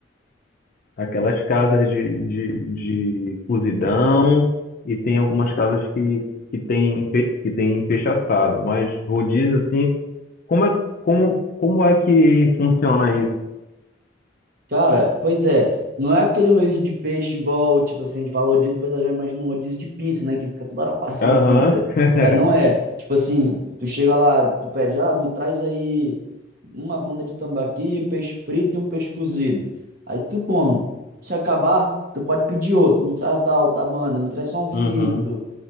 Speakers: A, on the left; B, on the right.
A: Aquelas casas de, de, de cozidão e tem algumas casas que, que tem, que, que tem peixe assado. Mas rodízio, assim, como é, como, como é que funciona isso?
B: Cara, pois é, não é aquele rodízio de peixe igual, tipo assim, a gente fala rodízio, o pessoal já imagina um rodízio de pizza, né? Que fica toda hora passando
A: Aham.
B: pizza.
A: <laughs>
B: Mas não é, tipo assim, tu chega lá, tu pede, ah, me traz aí uma banda de tambaqui, peixe frito e um peixe cozido. Aí tu come. Se acabar, tu pode pedir outro, me traz tal, tá banda, me traz só um frito,
A: Uhum.